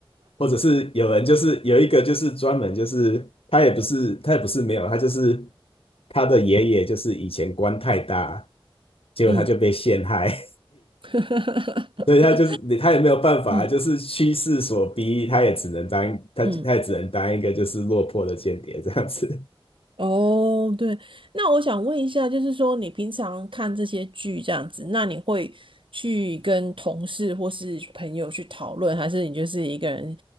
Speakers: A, on the left; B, on the right.
A: 或者是有人就是有一个就是专门就是他也不是他也不是没有，他就是他的爷爷就是以前官太大，结果他就被陷害。
B: <laughs> 嗯 <laughs>
A: 所以他就是他也没有办法，
B: 嗯
A: 就是趋势所逼，他也只能当他他也只能当一个就是落魄的间谍这样子。
B: 嗯。哦，对，那我想问一下，就是说你平常看这些剧这样子，那你会去跟同事或是朋友去讨论，还是你就是一个人